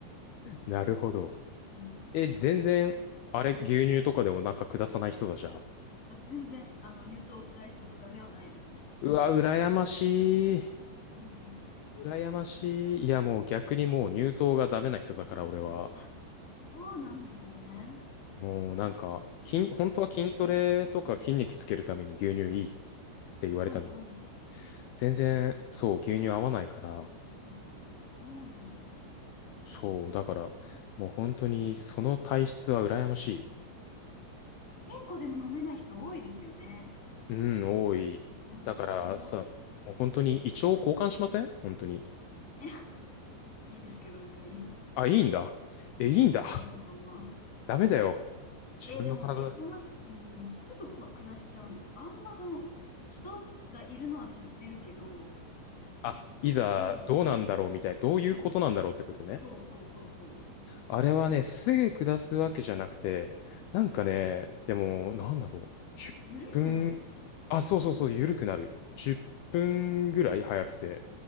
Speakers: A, on the left; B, on the left.
A: なるほど。
B: うん。
A: え、全然、あれ、牛乳とかでお腹下さない人だじゃあ。
B: あ、全然、あの、乳糖不対症とかではないですね。
A: うわ、羨ましい。
B: うんうん
A: 羨ましい。いや、もう逆にもう乳糖がダメな人だから俺は。
B: あ、そうなんですね。
A: もうなんか、筋、本当は筋トレとか筋肉つけるために牛乳いいっ
B: うんうん
A: て言われたのに。
B: はいはい。
A: 全然、そう、牛乳合わないから。
B: あ、そうなんだ。
A: そう、だから、もう本当にその体質は羨まし
B: 結構でも飲めない人多いですよね。
A: い。うん、多い。
B: なんか聞くな。
A: だからさ、もう本当に胃腸交換しません本当に。
B: <laughs> いいですけど、別に。
A: あ、いいんだ。え、いいんだ。
B: まあまあまあ。
A: <laughs> ダメだよ。自分の体、
B: え、でも、え、そんな、うん、すぐこ下しちゃうんですかあんまその、人がいるのは知ってるけど、
A: あ、
B: その、
A: いざどうなんだろうみたいな、
B: なんだろう。
A: どういうことなんだろうってことね。
B: そう、そうそうそうそ
A: あれはね、すぐ下すわけじゃなくて、なんかね、
B: う。うん。
A: でも、なんだろう。10分、
B: 緩くなるみたいな。
A: あ、そうそうそう、
B: あ、
A: 緩くなる。10分ぐらい早くて。